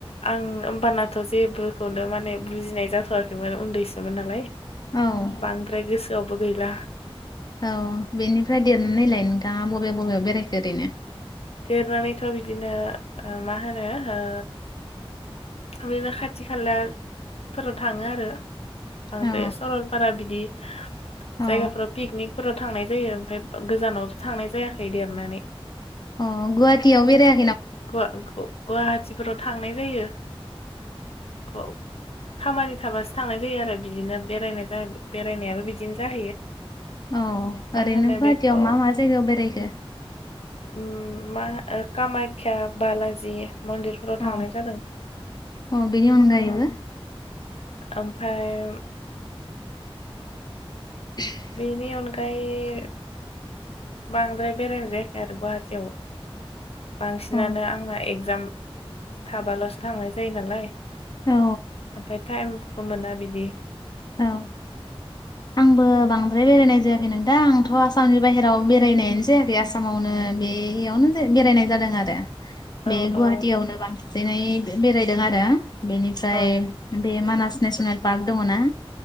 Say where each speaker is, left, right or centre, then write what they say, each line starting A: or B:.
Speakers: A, on the left; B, on the left.
A: आं होमबानाथ' जेबोखौनो माने बुजिनाय जाथ'वाखैमोन उन्दैसोमोन नालाय।
B: औ
A: बांद्राय गोसोआवबो गैला
B: औ बेनिफ्राय देन नायलाय नोंथाङा बबे बबे बेरायखो ओरैनो?
A: देरनानैथ' बिदिनो ओ मा होनो ओ बिदिनो खाथि खालाफोरा थाङो आरो बांद्रे
B: औ
A: सरलपारा बिदि
B: औ
A: जायगाफोराव पिकनिकफोरा थांनाय जायो ओमफ्राय गोजानाव थांनाय जायाखै देरनानै।
B: अ गुहाटियाव बेेराया
A: गुवा-ग-गुहाटिफोराव थांनाय जायो। औ खामानि थाबासो थांनाय जायो आरो बिदिनो बेरायजा बेरायनायाबो बिदिनो जाहैयो।
B: औ
A: मा
B: ओरैनो
A: होनो
B: गुवाहाटियाव
A: बेखौ
B: मा मा जायगायाव बेरायखो?
A: उ मा कामायख्या, बालाजि मोन्दिर फोराव थांनाय
B: औ
A: जादों।
B: औ बेनि अनगायैबो
A: औ ओमफाय
B: <inaudible>
A: बेनि अनगायै बांद्राय बेरायनाय जायाखै आरो गुवाहाटियाव। बांसिनानो
B: औ
A: आंना एग्जाम थाबाल'स थांनाय जायो नालाय।
B: औ
A: ओमफाय टाइमफ मोना बिदि
B: औ
A: <inaudible>
B: आंबो बांद्राय बेरायनाय जायाखै नोंथां आंथ आसामनि बाहेराव बेरायनायानो जायाखै आस मावनो बेयावनो जे बेरायनाय जादों आरो
A: औ
B: बे गुवाहाटियावनो
A: औ
B: बांसिनै बेरायदों आरो बेनिफ्राय
A: औ
B: बे मानास नेसनेल पार्क दङ ना